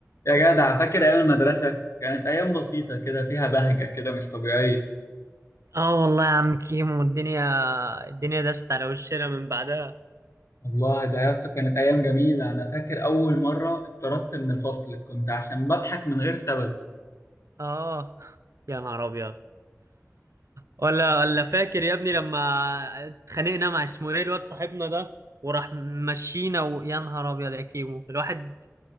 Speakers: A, on the left (about 65°); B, on the right (about 70°).
A: يا جدع فاكر ايام المدرسه كانت ايام بسيطه كده فيها بهجه كده مش طبيعيه
B: اه والله يا عم كيمو الدنيا الدنيا دست على وشنا من بعدها
A: والله ده يا اسطى كانت ايام جميله انا فاكر اول مره اتطردت من الفصل كنت عشان بضحك من غير سبب
B: اه يا نهار ابيض ولا ولا فاكر يا ابني لما اتخانقنا مع اسمه ايه الواد صاحبنا ده وراح مشينا ويا نهار ابيض يا كيمو الواحد